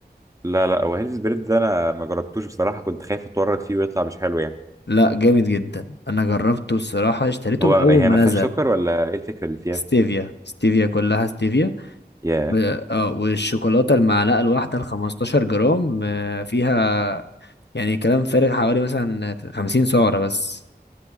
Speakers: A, on the right; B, on the left.
A: لا لا هو هيلث بريد ده انا ما جربتوش بصراحه كنت خايف اتورط فيه ويطلع مش حلو يعني
B: لا جامد جدا انا جربته الصراحه اشتريته
A: هو
B: من
A: هي
B: اول ما
A: ما فيهاش
B: نزل
A: سكر ولا ايه الفكره اللي فيها
B: ستيفيا ستيفيا كلها ستيفيا
A: يا
B: ب... اه والشوكولاته المعلقه الواحده ال 15 جرام آه، فيها يعني كلام فارغ حوالي مثلا 50 سعره بس